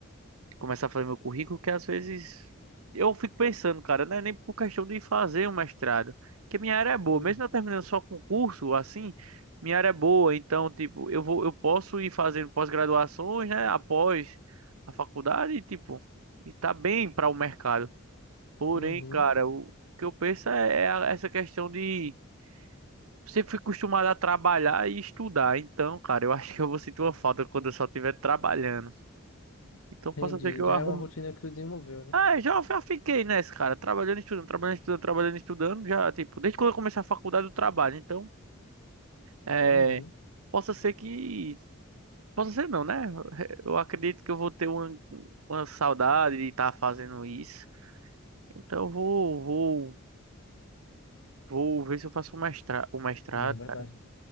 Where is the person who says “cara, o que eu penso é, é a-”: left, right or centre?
Right